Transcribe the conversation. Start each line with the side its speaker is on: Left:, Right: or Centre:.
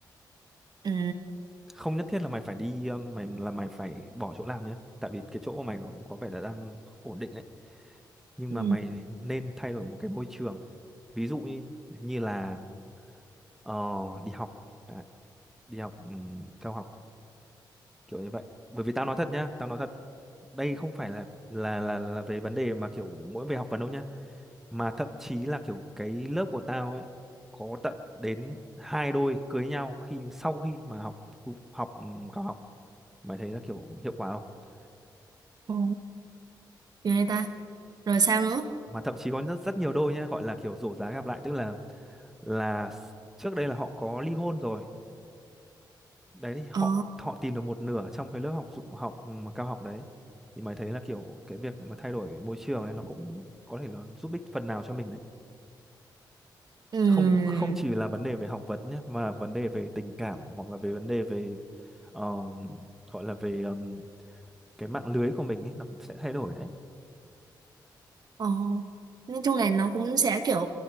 Right: Ừ.
Centre: không nhất thiết là mày phải đi um, mày là mày phải bỏ chỗ làm nhá tại vì cái chỗ của mày cũng có vẻ là đang ổn định đấy nhưng
Right: Ừ.
Centre: mà mày nên thay đổi một cái môi trường ví dụ như như là Ờ, đi học chẳng đi học ừm, cao học kiểu như vậy bởi vì tao nói thật nhá tao nói thật đây không phải là là là là về vấn đề mà kiểu mỗi về học vấn đâu nhá mà thậm chí là kiểu cái lớp của tao ấy có tận đến hai đôi cưới nhau khi sau khi mà học học ừm, cao học mày thấy là kiểu hiệu quả không
Right: Ừ. Ghê ta. Rồi sao nữa?
Centre: mà thậm chí có rất rất nhiều đôi nhá gọi là kiểu rổ giá gặp lại tức là là s- trước đây là họ có ly hôn rồi đấy thì họ
Right: Ờ.
Centre: họ tìm được một nửa trong cái lớp học dụ học ừ, mà cao học đấy thì mày thấy là kiểu cái việc mà thay đổi môi trường ấy nó cũng có thể là giúp ích phần nào cho mình đấy
Right: Ừ.
Centre: không không chỉ là vấn đề về học vấn nhé mà vấn đề về tình cảm hoặc là về vấn đề về ờ, gọi là về ờm, cái mạng lưới của mình ấy nó cũng sẽ thay đổi đấy
Right: Ờ, nói chung là nó cũng sẽ kiểu